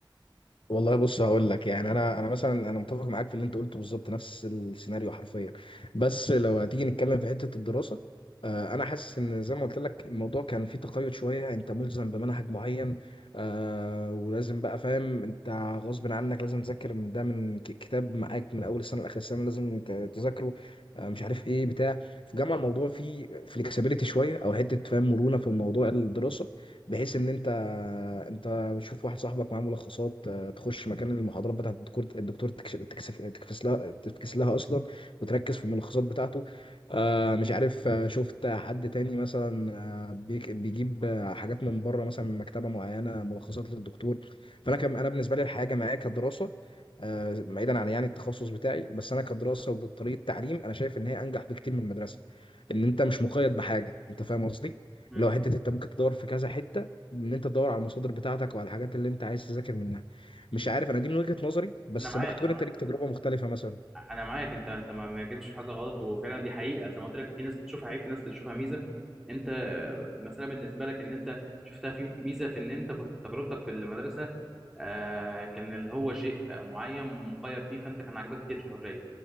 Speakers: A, on the left (about 75°); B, in the centre.
A: والله بص هقول لك يعني انا انا مثلا انا متفق معاك في اللي انت قلته بالظبط نفس السيناريو حرفيا بس لو هتيجي نتكلم في حته الدراسه آه، انا حاسس ان زي ما قلت لك الموضوع كان فيه تقيد شويه انت ملزم بمنهج معين آه، ولازم بقى فاهم انت غصب عنك لازم تذاكر من ده من ك- كتاب معاك من اول السنه لاخر السنه لازم ت- تذاكره آه، مش عارف ايه بتاع في جامعه الموضوع فيه فليكسبيليتي شويه او حته فاهم مرونه في الموضوع الدراسه بحيث ان انت انت بتشوف واحد صاحبك معاه ملخصات آه، تخش مكان المحاضرات بتاعت الدكتور الدكتور تكش- تكسف تكفس لها تفكس لها اصلا وتركز في الملخصات بتاعته آه، مش عارف آه، شفت حد تاني مثلا آه، بيك- بيجيب آه، حاجات من بره مثلا من مكتبه معينه ملخصات للدكتور فانا كان انا بالنسبه لي الحياه الجامعيه كدراسه آه، بعيدا عن يعني التخصص بتاعي بس انا كدراسه وطريقه تعليم انا شايف ان هي انجح بكتير من المدرسه ان انت مش مقيد بحاجه انت فاهم قصدي
B: يعني
A: اللي هو حته انت ممكن تدور في كذا حته ان انت تدور على المصادر بتاعتك وعلى الحاجات اللي انت عايز تذاكر منها مش عارف انا دي من وجهة نظري بس
B: انا معاك
A: ممكن تكون
B: انا معاك
A: انت ليك تجربة مختلفة مثلا
B: انا معاك انت انت ما ما جبتش في حاجه غلط وفعلا دي حقيقه زي ما قلت لك في ناس بتشوفها عيب في ناس بتشوفها ميزه انت آه، المساله بالنسبه لك ان انت شفتها في ميزه في ان انت كنت تجربتك في المدرسه آه، كان اللي هو شيء آه، معين مقيد بيه فانت كان عاجبك كتير الحريه